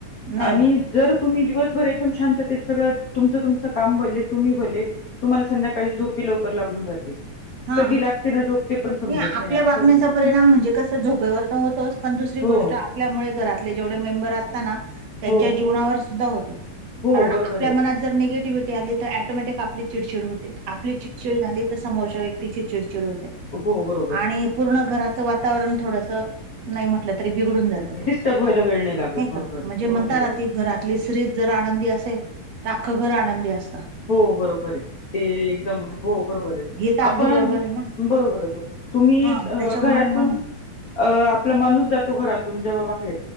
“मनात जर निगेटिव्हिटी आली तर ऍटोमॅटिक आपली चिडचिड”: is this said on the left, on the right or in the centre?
Right